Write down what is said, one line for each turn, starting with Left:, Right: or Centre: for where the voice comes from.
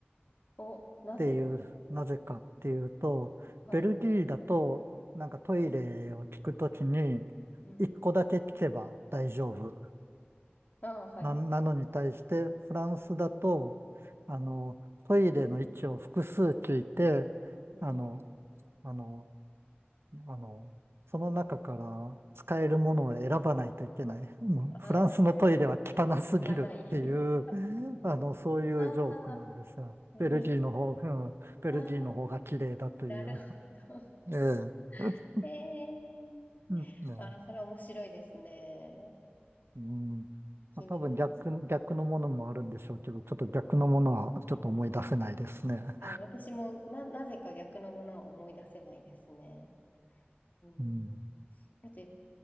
Left: お、なぜ
Right: ていう、なぜかっていうと、
Left: はい。
Right: ベルギーだと、なんかトイレを聞くときに、
Left: うん。
Right: 一個だけ聞けば大丈夫。
Left: あ、はい。
Right: な、なのに対して、フランスだと、あの、トイレの位置を複数聞いて、
Left: うん。
Right: あの、あの、あの、その中から使えるものを選ばないといけない。<laughs> もうフランスのトイレは汚すぎるっていう、
Left: ああ、汚い。<laughs>
Right: あの、そういうジョークなんですよ。
Left: ああ、ここに。
Right: ベルギーの方、うん、ベルギーの方が綺麗だという。
Left: ああ、なるほど。
Right: ええ。<laughs>
Left: <laughs> ええ
Right: うんね
Left: ああ、それは面白いですね。
Right: うん。
Left: 皮肉。
Right: まあ、多分逆、逆のものもあるんでしょうけど、ちょっと逆のものはちょっと思い出せないですね。
Left: あ、私もな、なぜか逆のものは思い出せないですね。うん。
Right: うん。
Left: あと、